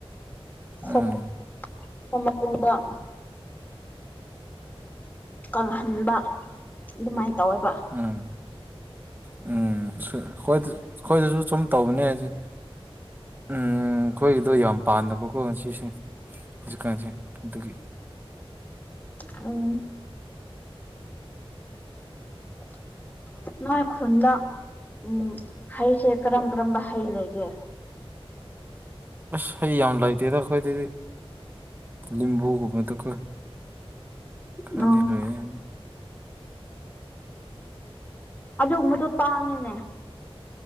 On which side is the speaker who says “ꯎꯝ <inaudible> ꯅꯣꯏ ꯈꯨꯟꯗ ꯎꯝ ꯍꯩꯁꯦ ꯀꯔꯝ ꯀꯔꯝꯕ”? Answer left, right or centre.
Left